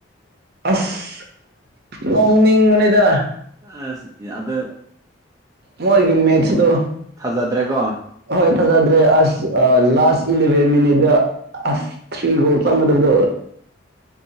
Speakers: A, on the right; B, on the right.
A: ꯑꯁ ꯅꯣꯡꯅꯤꯡꯕ ꯅꯤꯗ
B: ꯑꯁ ꯌꯥꯗꯦ
A: ꯃꯣꯏꯒꯤ ꯃꯦꯠꯇꯨ
B: ꯊꯥꯖꯗ꯭ꯔꯦꯀꯣ
A: ꯍꯣꯏ ꯐꯖꯗ꯭ꯔꯦ ꯑꯁ ꯂꯥꯁ ꯏꯂꯦꯚꯦꯟ ꯃꯤꯅꯤꯠꯇ ꯑꯁ ꯊ꯭ꯔꯤꯒꯣꯜ ꯆꯪꯒꯗꯕꯗꯣ